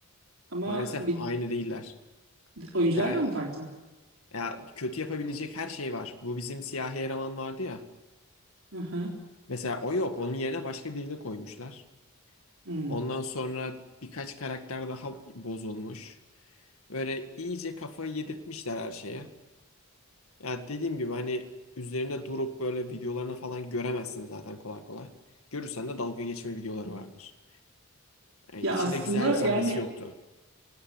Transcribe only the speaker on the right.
Ama
bir,
oyuncular
da mı farklı?
Hı hı.
Hı.
Ya
aslında
yani